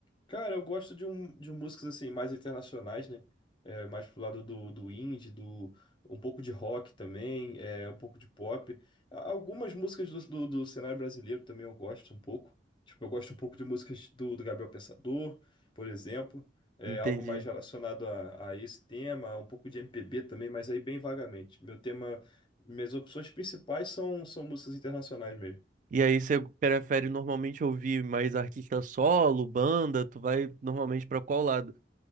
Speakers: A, on the left (about 25°); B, on the right (about 45°).
A: Cara, eu gosto de, um, de músicas assim mais internacionais, né? É, mais pro lado do, do indie, do um pouco de rock também, é, um pouco de pop. A- Algumas músicas do, do, do cenário brasileiro também eu gosto um pouco. Tipo, eu gosto um pouco de músicas do, do Gabriel Pensador, por exemplo. É,
B: Entendi.
A: algo mais relacionado a, a esse tema, um pouco de MPB também, mas aí bem vagamente. Meu tema, minhas opções principais são, são músicas internacionais mesmo.
B: E aí você prefere normalmente ouvir mais artista solo, banda? Tu vai normalmente pra qual lado?